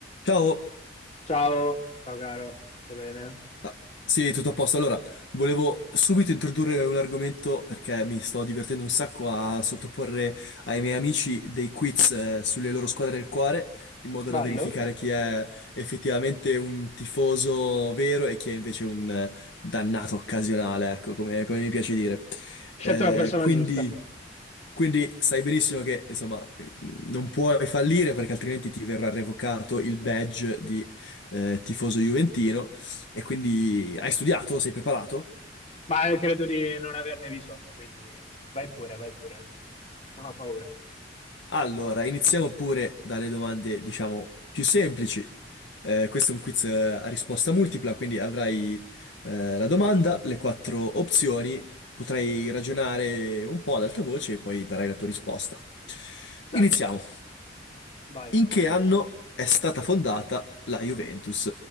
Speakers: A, on the left; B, on the left.
A: Ciao,
B: Ciao, ciao caro, tutto bene?
A: Ah, sì, tutto a posto. Allora, volevo subito introdurre un argomento perché mi sto divertendo un sacco a sottoporre ai miei amici dei quiz eh, sulle loro squadre del cuore, in modo da
B: Ballo?
A: verificare chi è effettivamente un tifoso vero e chi è invece un eh, dannato occasionale, ecco, come, come mi piace dire.
B: Scelto
A: Eh,
B: la persona
A: quindi...
B: giusta,
A: Quindi sai benissimo che, insomma, eh, non puoi fallire perché altrimenti ti verrà revocato il badge di eh, tifoso juventino e quindi hai studiato? Sei preparato?
B: ma eh, credo di non averne bisogno, quindi vai pure, vai pure, non ho paura.
A: Allora, iniziamo pure dalle domande, diciamo, più semplici. Eh, questo è un quiz eh, a risposta multipla, quindi avrai eh, la domanda, le quattro opzioni, potrai ragionare un po' ad alta voce e poi darai la tua risposta.
B: Certo,
A: Iniziamo.
B: vai.
A: In che anno è stata fondata la Juventus?